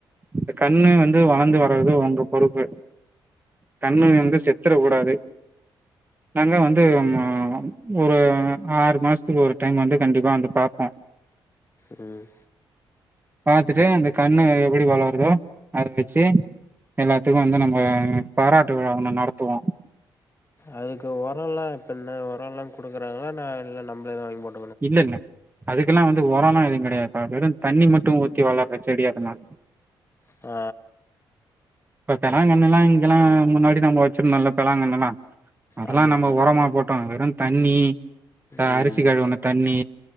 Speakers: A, on the right; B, on the left.
A: இந்த கன்னு வந்து வளர்ந்து வர்றது உங்க பொறுப்பு கன்னு வந்து செத்துரக்கூடாது நாங்க வந்து நம்மோ ஒரு ஆறு மாசத்துக்கு ஒரு டைம் வந்து கண்டிப்பா வந்து பாப்போ
B: ம்
A: பாத்துட்டு அந்த கன்னு எப்டி வளறுதோ அத வச்சு எல்லாத்துக்கு வந்து நம்ம பாராட்டு விழா ஒன்னு நடத்துவோ
B: அதுக்கு ஒரல்லா எப்டிண்ண ஒரல்லா குடுக்குறாங்களா நா இல்ல நம்மளேதா வாங்கி போட்
A: இல்ல இல்ல அதுக்கெல்லா வந்து ஓரல்லா எதுவு கெடையாதுகா வெரு தண்ணி மட்டும் ஊத்தி வளற செடி அதலா
B: ஆ
A: பெத்தலாங்ழாங்கன்னுனா இங்கெல்லா முன்னாடி நாங்க வச்சுருந்தோல பெழாங்கண்ணுலா அதெல்லா
B: ஆமாம்மா
A: நாங்க ஒரமா போட்டோ வெறு தண்ணி க
B: ம்
A: அரிசி கழுவுன தண்ணி